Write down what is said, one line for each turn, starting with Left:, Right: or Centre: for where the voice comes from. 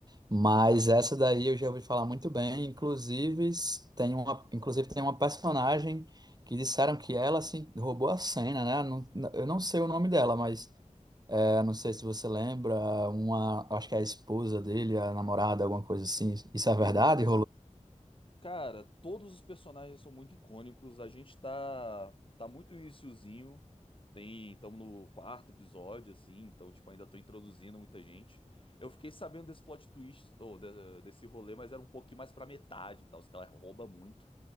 Right: mas essa daí eu já ouvi falar muito bem. Inclusive, s- tem uma, inclusive tem uma personagem que disseram que ela, assim, roubou a cena, né? Não- não- eu não sei o nome dela, mas é, não sei se você lembra, uma, acho que é a esposa dele, a namorada, alguma coisa assim. Isso
Left: Não.
Right: é verdade?
Left: Cara, todos os personagens são muito icônicos. A gente tá, tá muito no iniciozinho. Tem, estamos no quarto episódio, assim, então, tipo, ainda tô introduzindo muita gente. Eu fiquei sabendo desse plot twist, ou de- desse rolê, mas era um pouquinho mais pra metade, e tal, os caras roubam muito.